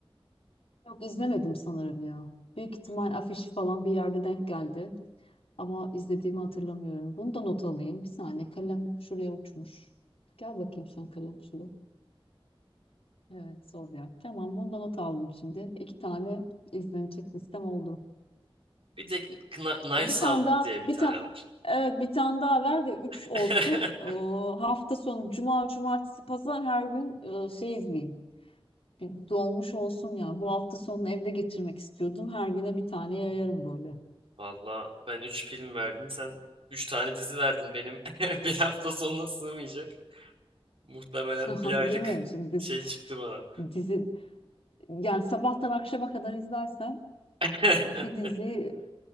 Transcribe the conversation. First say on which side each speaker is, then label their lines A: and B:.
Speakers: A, on the left; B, on the right.
A: Yok izlemedim sanırım ya. Büyük ihtimal
B: Hmm.
A: afişi falan bir yerde denk geldi ama izlediğimi hatırlamıyorum. Bunu da not alayım. Bir saniye kalem şuraya uçmuş. Gel bakayım sen kalem şuraya. Evet Zodiac. Tamam bunu da not aldım şimdi. İki tane izlenecek listem oldu.
B: Bir de Kn- Knives
A: Ya bir tane
B: Out
A: daha
B: diye bir
A: bir
B: tane
A: tane
B: var.
A: evet bir tane daha ver de 3
B: <laughs>
A: olsun. Ee, hafta sonu cuma cumartesi pazar her gün e, şey izleyeyim. Bir dolmuş olsun ya. Bu hafta sonunu evde geçirmek istiyordum. Her güne bir tane yayarım böyle.
B: Valla ben 3 film verdim. Sen 3 tane dizi verdin benim. <laughs> Bir hafta sonuna sığmayacak. Muhtemelen
A: <laughs>
B: bir aylık
A: Değil mi? Şimdi biz
B: şey çıktı bana.
A: dizi yani sabahtan akşama kadar izlersen
B: <laughs>
A: bir dizi